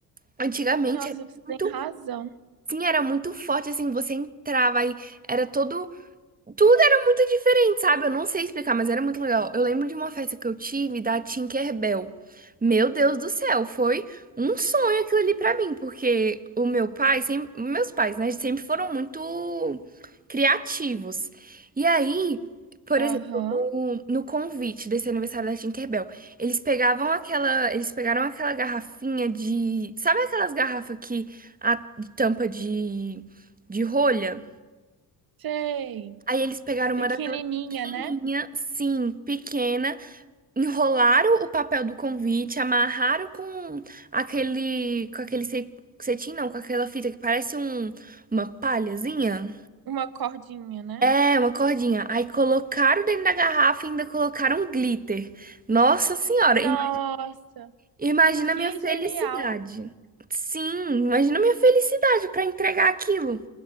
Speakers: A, on the right; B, on the right.
A: Antigamente
B: <laughs> Nossa,
A: era
B: você tem
A: muito.
B: razão.
A: Sim, era muito forte, assim, você entrava aí, era todo tudo era muito diferente, sabe? Eu não sei explicar, mas era muito legal. Eu lembro de uma festa que eu tive da Tinkerbell. Meu Deus do céu, foi um sonho aquilo ali pra mim, porque o meu pai, sempre, meus pais, né, sempre foram muito criativos. E aí, por
B: Aham,
A: exemplo, no, no convite desse aniversário da Tinkerbell, eles pegavam aquela, eles pegaram aquela garrafinha de, sabe aquelas garrafas que a tampa de de rolha?
B: sei.
A: Aí eles pegaram uma
B: Pequenininha,
A: daquelas
B: né?
A: minha, sim, pequena. Enrolaram o papel do convite, amarraram com aquele, com aquele ce- cetim, não, com aquela fita que parece um, uma palhazinha.
B: Uma cordinha, né?
A: É, uma cordinha. Aí colocaram dentro da garrafa e ainda colocaram um glitter. Nossa Senhora,
B: Nossa,
A: ima- imagina
B: Que
A: a minha felicidade.
B: genial!
A: Sim, imagina a minha felicidade para entregar aquilo.